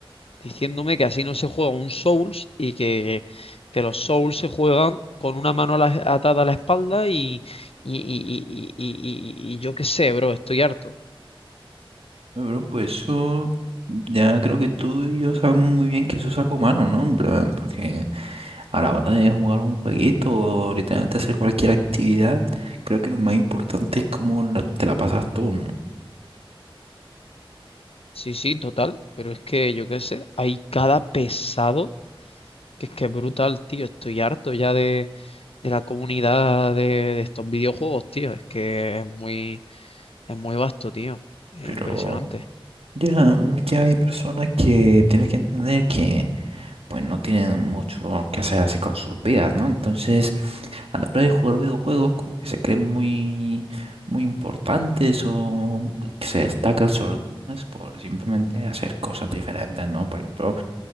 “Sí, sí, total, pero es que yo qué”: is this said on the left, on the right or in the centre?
Left